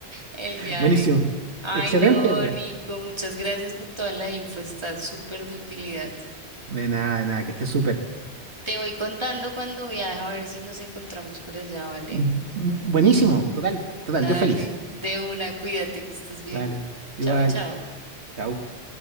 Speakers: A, on the right; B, on the right.
A: el viaje.
B: buenísimo.
A: Ay,
B: Excelente,
A: no,
B: pues.
A: Nico, muchas gracias por toda la info, está súper de utilidad.
B: De nada, de nada, que esté súper.
A: Te voy contando cuando viaje a ver si nos encontramos por allá, ¿vale?
B: Bu- Buenísimo, total, total,
A: Dale,
B: yo feliz.
A: de una, cuídate que estés bien.
B: Dale, igual.
A: Chao, chao.
B: Chau.